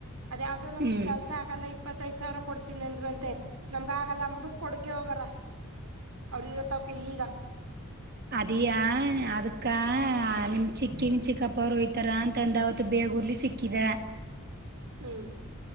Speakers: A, on the right (about 75°); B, on the right (about 45°).
A: ಅದಾವ್ದೋ ನಮಗೆ
B: ಹ್ಮ್
A: ಕೆಲ್ಸ ಆಗಲ್ಲ ಇಪ್ಪತ್ತೈದು ಸಾವಿರ ಕೊಡ್ತೀನಿ ಅಂದ್ರಂತೆ ನಮ್ಗ ಆಗಲ್ಲ ಅಂಬಬಿಟ್ಟು ಕೊಡ್ಗೆ ಹೋಗಾರ ಅವ್ರ ಇರತ್ತವಕ ಈಗ
B: ಅದಿಯಾ ಅದಕ್ಕಾ ಹಾ ನಿಮ್ ಚಿಕ್ಕಿ ನಿಮ್ ಚಿಕ್ಕಪ್ಪ ಅವರು ಹೊಯ್ತಾರ ಅಂತಂದ ಅವತ್ತು ಬೇಗೂರ್ಲಿ ಸಿಕ್ಕಿದ
A: ಹ್ಮ್